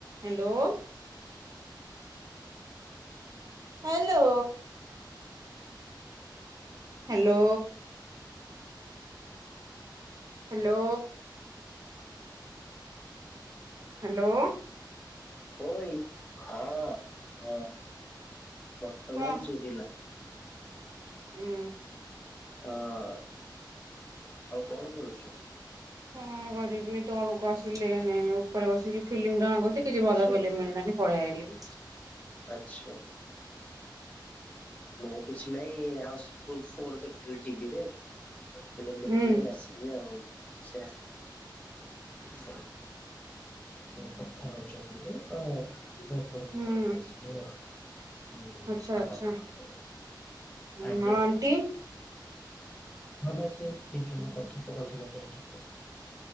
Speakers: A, on the right; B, on the left.
A: Hello. Hello. Hello. Hello. Hello.
B: ହଇ ହଁ ହ ବର୍ତ୍ତମାନ
A: କଣ
B: ଶୁଭିଲା। ଆ।
A: ହୁଁ
B: ହଁ ଆଉ କଣ କରୁଛୁ।
A: ହଁ କରିବି ତ ଲୋକ ଆସିଲେ ନ ଉପରେ ବସିକି ଫିଲ୍ମ ଟଡା କର କିଛି
B: ଆଚ୍ଛା
A: ଭଲ ଫିଲ୍ମ ମିଳିଲି। ପଲେଇଆଇଲେ <unintelligible>
B: ଆଚ୍ଛା। ମୁଁ କିଛି ନାଇଁ ହାଉସଫୁଲ ଫୋର ଦେଖଥିଲି ଟିଭିରେ ସେ ଦେଖଥିଲ
A: ହୁଁ
B: ବି ଆସିି ଆଉ ସେ ସ କଥା ହଉଛନ୍ତି ତ ମପଡ଼କୁ
A: ହୁଁ
B: କଳସିଲ <unintelligible> ହୁଁ
A: ଆଚ୍ଛା ଆଚ୍ଛା
B: -ହଁ
A: ହଁ
B: ଆଜ୍ଞା।
A: ଆଣ୍ଟି
B: ହଁ ଭ ସେ ତିନି ଜଣ କଥୋପକାର୍ଥନା କରୁଛନ୍ତି। <unintelligible>